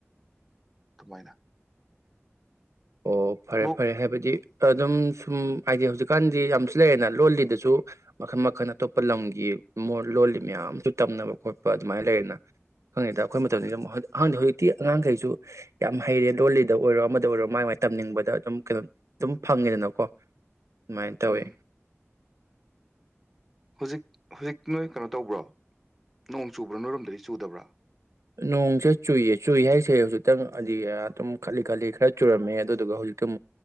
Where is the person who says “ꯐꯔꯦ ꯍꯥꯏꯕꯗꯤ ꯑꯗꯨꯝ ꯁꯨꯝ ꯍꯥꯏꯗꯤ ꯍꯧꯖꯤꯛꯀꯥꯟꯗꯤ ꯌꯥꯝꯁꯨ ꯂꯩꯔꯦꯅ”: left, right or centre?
Right